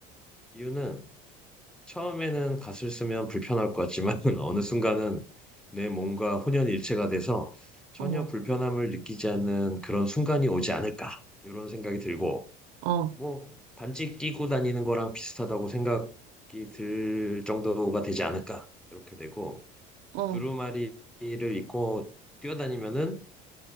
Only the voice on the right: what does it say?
어,
어,
어.